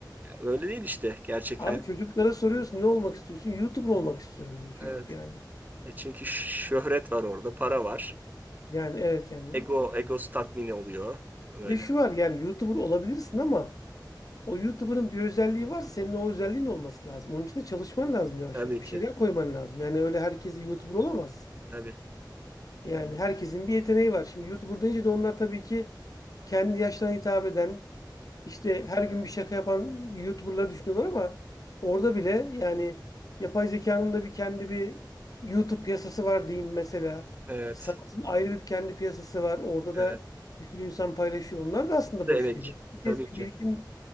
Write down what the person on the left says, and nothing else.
Abi
çocuklara soruyorsun ne olmak istiyorsun? YouTuber olmak istiyorum diyor çocuk
yani.
Yani evet yani.
Bir de şu var yani YouTuber olabilirsin ama o YouTuber'ın bir özelliği var senin o özelliğin olması lazım. Onun için de çalışman lazım yavaş
yavaş. Bir
şeyler koyman lazım. Yani öyle herkes de YouTuber olamaz.
Yani
herkesin bir yeteneği var. Şimdi yurt buradayınca da onlar tabii ki kendi yaşlarına hitap eden, işte her gün bir şaka yapan YouTuber'ları düşünüyorlar ama orada bile yani yapay zekanın da bir kendi bir YouTube piyasası var diyeyim mesela.
Sanatın ayrı bir kendi piyasası var. Orada da
bir sürü insan paylaşıyor. Onlar da aslında
boş
değil.
Herkes bir
birikim